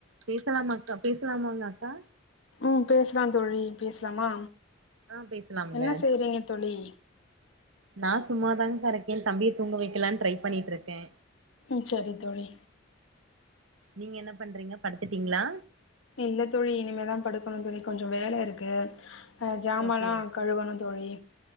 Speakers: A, on the right (about 80°); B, on the left (about 75°).
A: பேசலாமா அக்கா பேசலாமாங்க அக்கா
B: ம் பேசலா தோழி பேசலாமா
A: ஆ பேசலாம்ங்க
B: என்ன செய்றீங்க தோழி
A: நா சும்மாதாங்க்கா இருக்கே தம்பிய தூங்க வக்கலான் ட்ரை பண்ணிட்ருக்கே
B: ம் சரி தோழி
A: நீங்க என்ன பண்றீங்க படுத்துட்டீங்ளா
B: இல்ல தோழி இனிமேதா படுக்கணு தோழி கொஞ்சோ வேல இருக்கு ஆ ஜாமலா
A: ஓகே ஓ
B: கழுவனு தோழி